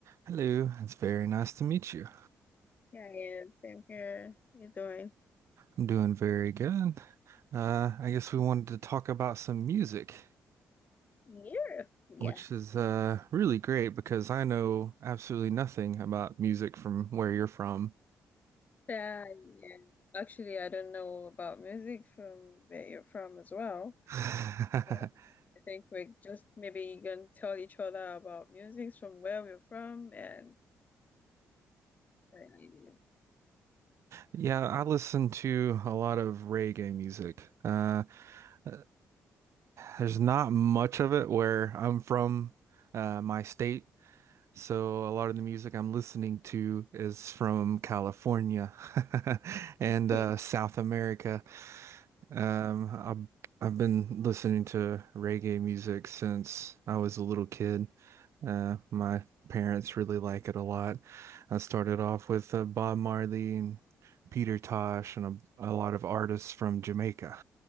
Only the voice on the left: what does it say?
Yeah, yeah, same here. you doing
Europe? Yes.
Yeah, yeah. Actually, I don't know about music from where you're from as well.
So I think we're just maybe gonna tell each other about music from where we're from and share ideas. <laughs>
Mhm.